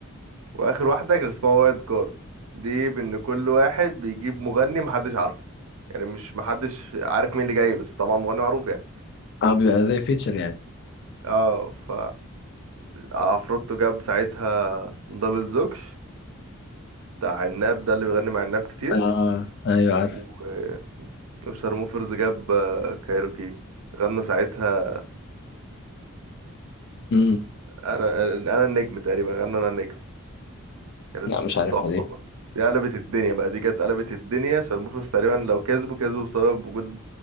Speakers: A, on the right; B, on the left.
A: وآخر واحدة كان اسمها وايلد كارد دي بإن كل واحد بيجيب مغني محدش عارفه يعني مش محدش عارف مين اللي جاي بس طبعا مغني معروف يعني
B: اه بيبقى زي فيتشر يعني
A: اه ف عفروتو جاب ساعتها دبل زوكش بتاع عناب ده اللي بيغني مع عناب كتير
B: اه ايوه عارف
A: و- وشارموفرز جاب آه، كايروكي غنوا ساعتها
B: امم
A: انا انا النجم تقريبا غنوا انا النجم كانت
B: لا مش عارفها
A: تحفة
B: دي
A: برضه دي قلبت الدنيا بقى دي كانت قلبت الدنيا شارموفرز تقريبا لو كسبوا كسبوا بسبب وجود